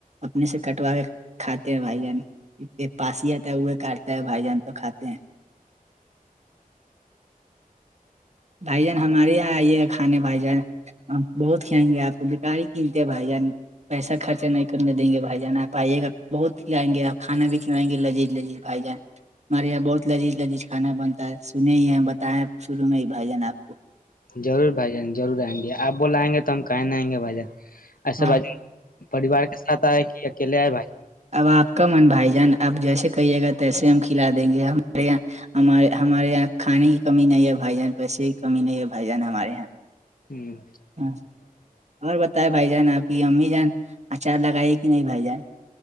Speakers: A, on the right; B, on the left.
A: اپنے سے کاٹ کٹوا کے کھاتے ہیں بھائی جان پاسیاتا ہے وہ کاٹتا ہے بھائی جان تو کھاتے ہیں بھائی جان ہمارے یہاں آئیے گا کھانے بھائی جان بہت کھائیں گے آپ کو بکاری قمتی ہے بھائی جان پیسہ خرچہ نہیں کرنے دیں گے بھائی جان آپ آئیے گا بہت کھلائیں گے آپ کانا بھی کھلائیں گے لذیذ لذیذ بھائی جان ہمارے یہاں بہت لذیذ لذیذ کھا بن سنے ہی ہیں بتائےیں شروع میں ہی بھائی جان آپ کو
B: ضرور بھائی جان ضرور آئیں گے آپ بلا آئیں گے تو ہم کہیں نہیں آئ گے بھائی جان ایسے
A: ہاں
B: بھائی پریوار کے سھ آئے کہ اکیلے آئے بھائی
A: اب آپ کا من بھائی جان اب جیسے کہیے گا تیسے ہم کھلا دیں گے ہمارے یہاں ہمارے ہمارے یہاں کھانے کی کمی نہیں ہے بائی جان پیسے کی کمی نہیں ہے بھائی جان ہمارے یہاں
B: ہوں
A: ہاں اور بتائے بھائی جان آپ کی امی جان اچھا لگائی کہ نہیں بھائی جان